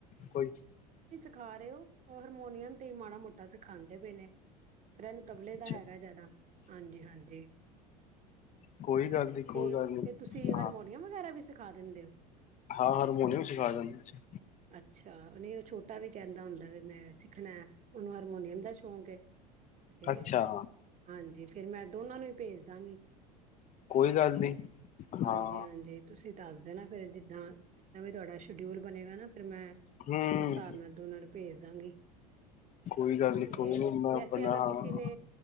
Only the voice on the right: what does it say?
ਦਿਖਾ ਰਹੇ ਹੋ ਹਰਮੋਨੀਅਮ ਮਾੜਾ ਮੋਟਾ ਸਿਖਾਂਦੇ ਪਏ ਨੇ ਫ ਇਹਨੂੰ ਤਬਲੇ
ਦਾ ਹੈਗਾ ਜ਼ਿਆਦਾ ਹਾਂਜੀ ਹਾਂਜੀ
ਤੇ
ਤੇ ਤੁਸੀਂ ਹਾਰਮੋਨੀਅਮ
ਵਗੈਰਾ ਵੀ ਸਿਖਾ ਦਿੰਦੇ ਹੋ
ਅੱਛਾ ਹਾਂ ਛੋਟਾ ਵੀ ਕਹਿੰਦਾ ਹੁੰਦਾ ਵੀ ਮੈਂ ਸਿੱਖਣਾ ਉਹਨੂੰ ਹਾਰਮੋਨੀਅਮ ਦਾ ਸ਼ੌਕ ਹੈ ਤੇ
ਹਾਂਜੀ ਫਿਰ ਮੈਂ ਦੋਨਾਂ ਨੂੰ ਪੇਜ ਦਾਂਗੀ
ਹਾਂਜੀ
ਹਾਂਜੀ ਤੁਸੀਂ ਦੱਸਦੇ ਨਾ ਫਿਰ ਜਿੱਦਾਂ ਵੀ ਤੁਹਾਡਾ ਸ਼ਡਿਊਲ ਬਣੇਗਾ ਨਾ ਫਿਰ ਮੈਂ
ਉਸ ਹਿਸਾਬ ਨਾਲ ਦੋਨਾਂ ਨੂੰ ਭੇਜ ਦਾਂਗੀ
ਤੇ
ਵੈਸੇ
ਅਗਰ
ਕਿਸੇ ਨੇ